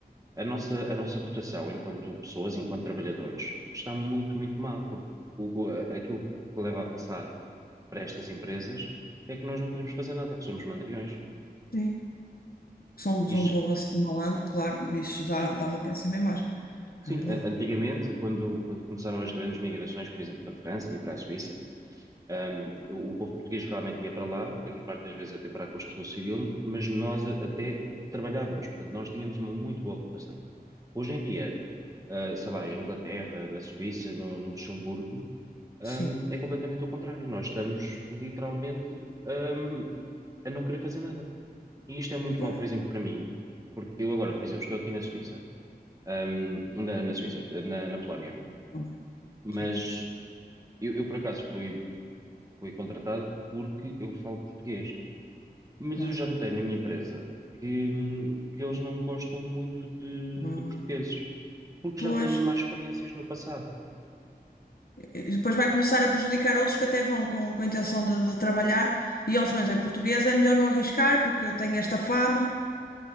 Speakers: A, on the right; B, on the left.
A: a nossa, a nossa cotação enquanto pessoas, enquanto trabalhadores, está muito, muito mal porque o, o- a- aquilo que leva a passar para estas empresas é que nós não queremos fazer nada, que somos mandriões.
B: Sim. Somos
A: E,
B: um
A: já-
B: povo assim, malandro, claro, isso dá,
A: sim,
B: dá uma péssima imagem.
A: sim,
B: É verdade.
A: a- antigamente, quando, quando começaram as grandes migrações, por exemplo, para a França e para a Suíça, Um, o povo português realmente ia para lá, grande parte das vezes até para a construção civil, mas nós a- até trabalhávamos, portanto, nós tínhamos uma muito boa cotação. Hoje em dia, ah, sei lá, em Inglaterra, na Suíça, no, no Luxemburgo, ahm,
B: Sim.
A: é completamente ao contrário. Nós estamos literalmente, ahm, a não querer fazer nada. E isto é muito
B: Pois.
A: mau, por exemplo, para mim, porque eu agora, por exemplo, estou aqui na Suíça, ahm, na, na Suíça, na, na Polónia,
B: Olha,
A: mas
B: Sim,
A: eu, eu, por acaso fui, fui contratado porque eu falo português. Mas
B: claro.
A: eu já notei na minha empresa que, que eles não gostam muito de,
B: Hum,
A: de portugueses, porque
B: Pois,
A: já têm mais experiências no passado.
B: e depois vai começar a prejudicar outros que até vão com, com a intenção de, de trabalhar e eles, mas é português, é melhor não arriscar porque tem esta fama.